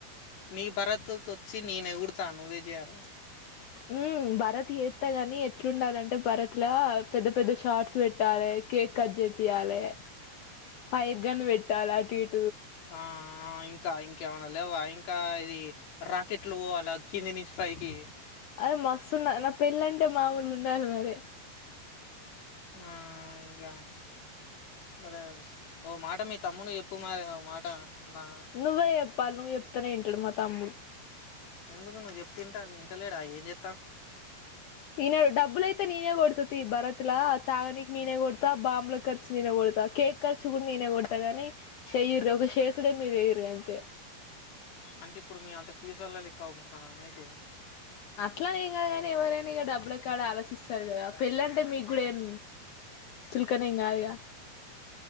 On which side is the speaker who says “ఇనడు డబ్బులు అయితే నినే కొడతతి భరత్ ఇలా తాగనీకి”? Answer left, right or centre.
Left